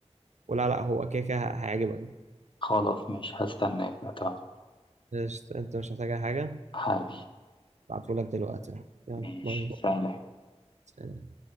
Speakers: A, on the right; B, on the left.
A: ولا لا هو كده كده هيعجبك
B: خلاص ماشي هستناك بقى تمام
A: قشطة، انت مش محتاج أي حاجه
B: حبيبي
A: هبعته لك دلوقتي يلا
B: ماشي
A: باي باي
B: سلام
A: سلام.